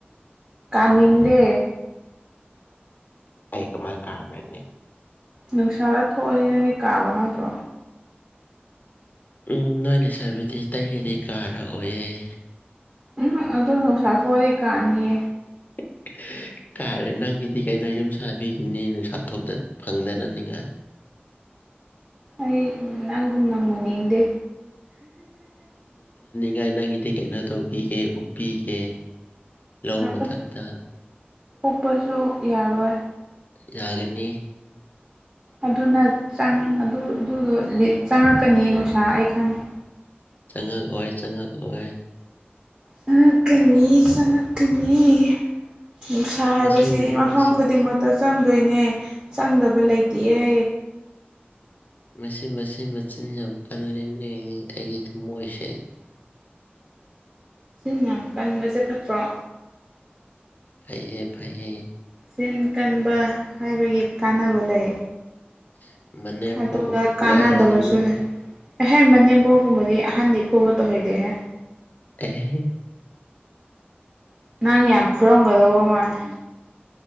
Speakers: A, on the right; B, on the left.
A: ꯀꯥꯅꯤꯡꯗꯦ
B: ꯑꯩꯒ ꯃꯥ ꯀꯥꯕꯅꯦ
A: ꯅꯨꯡꯁꯥꯗ ꯊꯣꯛꯑꯅꯤꯅꯅꯦ ꯀꯥꯕ ꯅꯠꯇ꯭ꯔꯣ
B: ꯎꯝ ꯅꯣꯏꯅꯦ ꯁꯥꯔꯕꯤꯗꯤ ꯇꯔꯗꯤ ꯀꯥꯔꯑꯣꯌꯦꯦ
A: ꯎꯝ ꯑꯗꯨ ꯅꯨꯡꯁꯥ ꯊꯣꯛꯣꯛꯗꯤ ꯀꯥꯅꯤꯌꯦ
B: <unintelligible> ꯀꯥꯔꯦ ꯅꯪꯒꯤꯗꯤ ꯀꯩꯅꯣ ꯌꯨꯝ ꯁꯥꯕꯤꯈꯤꯅꯤ ꯅꯨꯡꯁꯥ ꯊꯣꯛꯇꯅ ꯐꯪꯗꯅꯅꯤꯡꯉꯥꯏ <unintelligible>
A: ꯑꯩ ꯅꯪꯨꯝ ꯅꯃ ꯅꯗꯦ
B: ꯥꯏ ꯅꯪꯒꯤꯗꯤ ꯀꯩꯅꯣ ꯇꯧꯕꯤꯒꯦ ꯎꯞꯄꯤꯒꯦ ꯂꯧ ꯃꯊꯛꯇ
A: ꯎꯞ ꯎꯞꯄꯁꯨ ꯌꯥꯔꯣꯏ
B: ꯌꯥꯒꯅꯤ
A: ꯑꯗꯨꯅ ꯑꯗꯨ ꯑꯗꯨꯗꯣ ꯆꯪꯉꯛꯀꯅꯤ ꯅꯨꯡꯁꯥ ꯑꯩ ꯈꯪꯉꯦ
B: ꯆꯪꯉꯛꯑꯣꯏ ꯆꯪꯉꯛꯑꯣꯏ
A: ꯆꯉꯀꯅꯤ ꯆꯉꯀꯅꯤ ꯅꯨꯡꯁꯥ ꯍꯥꯏꯕꯁꯤꯗꯤ
B: ꯃꯁꯤ
A: ꯃꯐꯝ
B: ꯃꯁꯤ
A: ꯈꯨꯗꯤꯡꯃꯛꯇ ꯆꯪꯗꯣꯏꯅꯦ ꯆꯪꯗꯕ ꯂꯩꯇꯦꯑ
B: ꯃꯁꯤ ꯃꯆꯤꯟ ꯃꯆꯤꯟ ꯌꯥꯝ ꯀꯜꯂꯤꯅꯦ ꯑꯩꯒꯤ ꯊꯝꯃꯣꯏꯁꯦ <unintelligible>
A: ꯁꯤ ꯃꯌꯥꯝ ꯀꯟꯕꯁꯦ ꯐꯠꯇ꯭ꯔꯣ
B: ꯐꯩꯌꯦ ꯐꯌꯦ
A: ꯁꯤꯟ ꯀꯟꯕ ꯍꯥꯏꯕꯒꯤ ꯀꯥꯟꯅꯕ ꯂꯩ
B: <unintelligible>
A: ꯑꯗꯨꯒ
B: ꯐꯨꯒꯥꯏꯔꯗꯨꯅ
A: ꯀꯥꯟꯅꯗꯕꯁꯨ ꯂꯩ ꯑꯦꯍꯦ ꯃꯅꯦꯝꯕꯣꯛꯒꯨꯝꯕꯗꯤ ꯑꯍꯟꯅꯤ ꯊꯒ ꯇ ꯍꯣꯏꯗꯦꯍꯦ
B: ꯑꯦ
A: ꯅꯪ ꯌꯥꯝ ꯐꯨꯔꯝꯒꯗꯧꯕ ꯃꯥꯜꯂꯦ